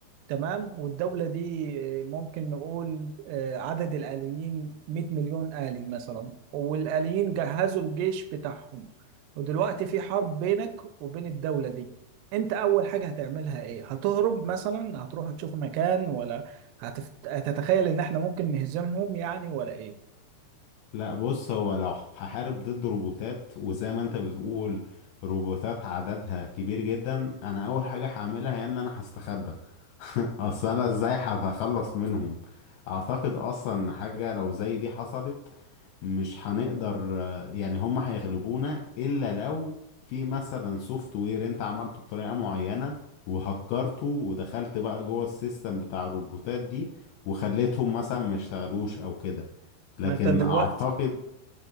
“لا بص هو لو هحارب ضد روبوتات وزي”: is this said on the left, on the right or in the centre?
Left